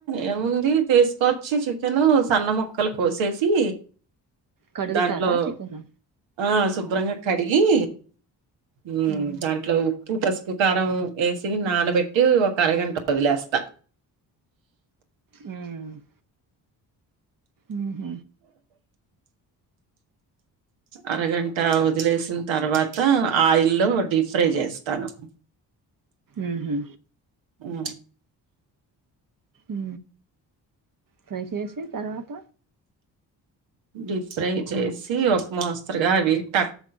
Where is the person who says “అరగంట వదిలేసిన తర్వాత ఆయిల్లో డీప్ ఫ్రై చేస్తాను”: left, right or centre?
Right